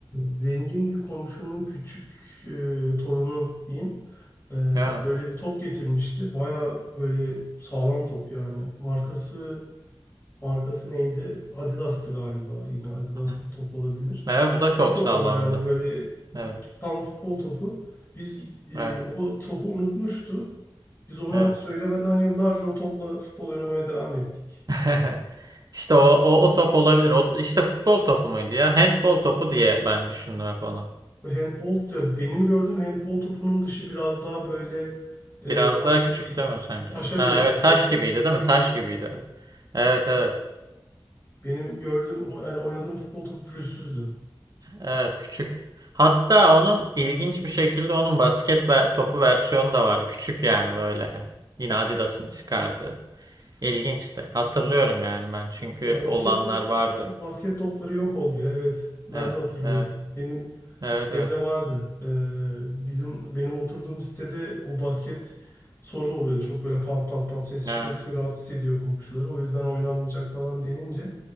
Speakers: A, on the left; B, on the right.
A: zengin bir komşunun küçük e, torunu diyeyim. e,
B: Evet.
A: böyle bir top getirmişti. Baya böyle sağlam top yani. Markası markası neydi? Adidas'tı galiba. Yine Adidas'lı
B: Hı hı.
A: top olabilir.
B: Evet bu da çok
A: Küçük top
B: sağlamdı.
A: ama yani böyle
B: Evet.
A: e, tam futbol topu. Biz e,
B: Evet.
A: o topu unutmuştu. Biz ona
B: Evet.
A: söylemeden yıllarca o topla futbol oynamaya devam ettik.
B: <laughs> İşte o, o, o top olabilir. O, işte futbol topu muydu ya? Handbol topu diye ben düşündüm hep onu.
A: Handball ya benim gördüğüm handball topunun dışı biraz daha böyle e,
B: Biraz
A: taş
B: daha
A: gibi
B: küçük değil mi sanki?
A: taşa
B: Evet. Ha,
A: benziyor
B: evet taş
A: biraz böyle
B: gibiydi
A: pürüzlü
B: değil mi? Taş
A: gibi.
B: gibiydi. Evet evet. Evet,
A: Benim gördüğüm o- yani oynadığım futbol topu pürüzsüzdü.
B: Evet, küçük. Hatta onun ilginç bir şekilde onun basket ve topu versiyonu da vardı. Küçük yani böyle. Yine Adidas'ın çıkardığı. İlginçti. Hatırlıyorum yani ben çünkü
A: O basket
B: olanlar
A: top
B: vardı.
A: küçük basket topları yok oldu ya evet ben
B: Evet.
A: de hatırlıyorum.
B: Evet.
A: Benim
B: Evet
A: Evde
B: evet.
A: vardı. Ee, bizim benim oturduğum sitede o basket sorun oluyordu. Çok böyle pat pat pat ses
B: Ha.
A: çıkartıyor, rahatsız ediyor komşuları. O yüzden oynanmayacak falan denince